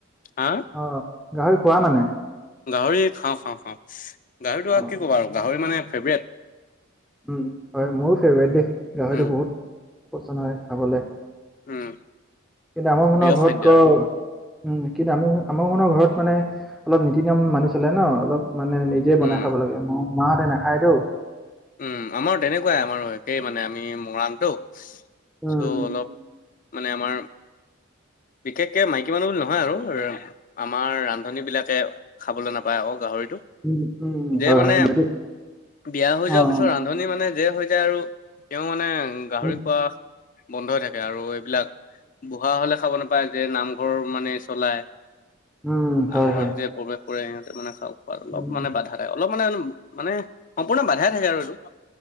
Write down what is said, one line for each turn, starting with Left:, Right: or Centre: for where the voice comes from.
Left: হা
Centre: অ' গাহৰি খোৱা মানে?
Left: গাহৰি খাওঁ খাওঁ খাওঁ, গাহৰিটো
Centre: অ
Left: কি ক'ব আৰু গাহৰি মানে ফেভৰেট।
Centre: উম হয়, মোৰো ফেভৰেট দেই, গাহৰিটো
Left: উম,
Centre: বহুত, পচন্দ হয় খাবলৈ।
Left: উম।
Centre: কিন্তু আমৰ খনৰ
Left: প্ৰিয়
Centre: ঘৰত
Left: খাদ্য
Centre: ক
Left: আৰু
Centre: উম। কিন্তু আমি আমাৰ সনৰ ঘৰত মানে, অলপ নীতি নিয়ম মানি চলে ন অলপ মানে নিজে বনাই
Left: উম
Centre: খাব লাগে, ম মাহঁতে নাখায়টো।
Left: উম, আমাৰ তেনেকুৱাই আমাৰ, একেই মানে আমি মৰাণটো
Centre: উম,
Left: চ' অলপ মানে আমাৰ বিশেষকে মাইকী মানুহ বুলি নহয় আৰু আমাৰ ৰান্ধনী বিলাকে, খাবলৈ নাপায় আকৌ গাহৰিটো।
Centre: উম, উম,
Left: যে
Centre: হয়
Left: মানে,
Centre: হয় যদি
Left: বিয়া হৈ
Centre: অ',
Left: যোৱাৰ
Centre: অ',
Left: পিছত ৰান্ধ ধনী মানে যে হৈ যায় আৰু, তেওঁ মানে গাহৰি
Centre: উম,
Left: খোৱা বন্ধ হৈ থাকে আৰু এইবিলাক, বুঢ়া হলে খাব নাপ পায় যে নামঘৰ মানে চলায়,
Centre: উম, হয়
Left: নামঘৰত
Centre: হয়।
Left: যে প্ৰৱেশ কৰে সিহঁতে মানে খাওঁ অলপ
Centre: উম,
Left: মানে বাধা, অলপ মানে মানে সম্পূৰ্ণ বাধাই থাকে আৰু এইটো।